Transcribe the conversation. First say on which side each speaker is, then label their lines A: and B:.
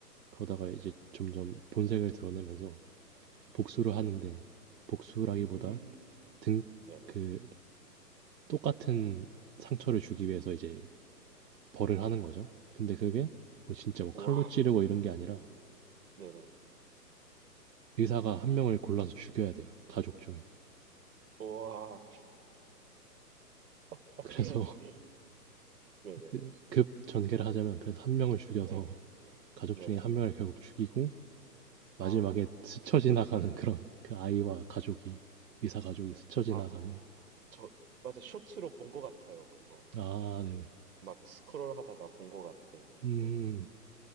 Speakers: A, on the right; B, on the right.
A: 그러다가
B: 네네,
A: 이제 점점 본색을 드러내면서 복수를 하는데 복수라기보다
B: 음,
A: 등
B: 네네,
A: 그 똑같은 상처를 주기
B: 음,
A: 위해서 이제 벌을 하는
B: 음,
A: 거죠. 근데 그게 뭐 진짜 뭐
B: 우와,
A: 칼로 찌르고 이런 게 아니라
B: 네네,
A: 의사가 한 명을 골라서 죽여야 돼요. 가족 중에.
B: 우와, <laughs>
A: 그래서
B: 네네,
A: <laughs> 그- 급 전개를 하자면 그래서 한 명을 죽여서
B: 네,
A: 가족
B: 네네,
A: 중에 한 명을 결국 죽이고 마지막에
B: 아,
A: 스쳐 지나가는
B: 음,
A: <laughs> 그런 그 아이와 가족이
B: 네,
A: 의사 가족이
B: 네.
A: 스쳐 지나가는
B: 아, 저, 맞아, 쇼츠로 본 것 같아요, 그거,
A: 아
B: 맞아.
A: 네네
B: 막 스크롤 하다가 본 것 같아,
A: 음
B: 맞아.